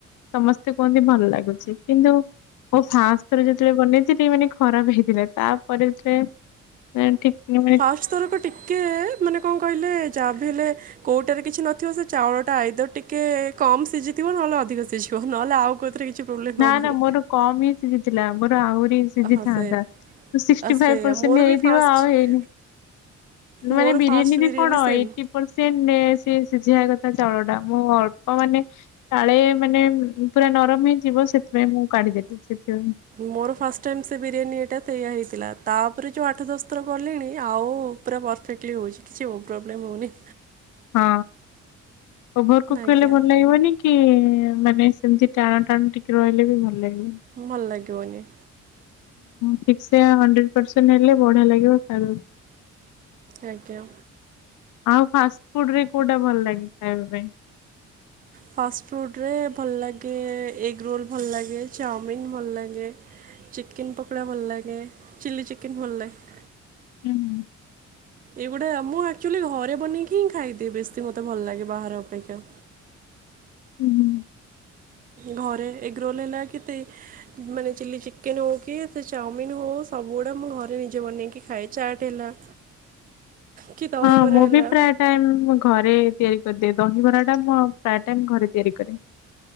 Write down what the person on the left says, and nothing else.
ସମସ୍ତେ କୁହନ୍ତି ଭଲ ଲାଗୁଛି କିନ୍ତୁ ଓ ଫାଷ୍ଟ୍ ଥରେ ଯେତେବେଳେ ବନେଇଥିଲି ମାନେ ଖରାପ ହେଇଥିଲା ତାପରେରେ ଏନ୍ ଠିକ୍ ନିଉ
ନା
ନା ମୋର କମ୍ ହିଁ ଶିଜିଥିଲା ମୋର ଆହୁରି ସିଝିଥାନ୍ତା
ତ ସିକଷ୍ଟି
ଫାଇଭ ପର୍ସେଣ୍ଟ
ହେଇଥିବ
ଆଉ ହେଇନି। ମାନେ
ବିରିୟାନୀ
ବି କଣ
ଏଇଟି ପର୍ଷେଣ୍ଟନେ ସେ ସିଝିିବାବା କଥା ଚାଉଳ ଟା ମୁଁ ଅଳ୍ପ ମାନେ କାଳେ ମାନେ ଉମ ପୁରା ନରମ ହେଇ ଯିବ ସେଥିପାଇଁ ମୁଁ କାଢିଦେଲିି ସେଥିପାଇଁ
<inaudible> ହଁ ଓଭରକୁକ୍
କଲେ ଭଲ ଲାଗିବନି କି ମାନେ ସେମିତି ଟାଣ ଟାଣ ଟିକେ ରହିଲେ ବି ଭଲ ଲାଗିବନି
ଠିକ୍ ସେ ହଣ୍ଡ୍ରେଡ୍ ପରସେଣ୍ଟ ହେଲେ ବଢିଆ ଲାଗିବ ଖାଇବାକୁ
ଆଉ ଫାଷ୍ଟ ଫୁଡ ରେ କୋଉଟା ଭଲ ଲାଗେ ଖାଇବା ପାଇଁ?
ହୁଁ ହୁଁ।
ହୁଁ ହୁଁ।
<inaudible>
ହଁ ମୁଁ
ବି ପ୍ରାୟ ଟାଇମ ମୁ ଘରେ ତିଆରି କରିଦିଏ ଦହିିବରା ଟା ମୁଁ ପ୍ରାୟ ଟାଇମ୍ ଘରେ ତିଆରି କରେ।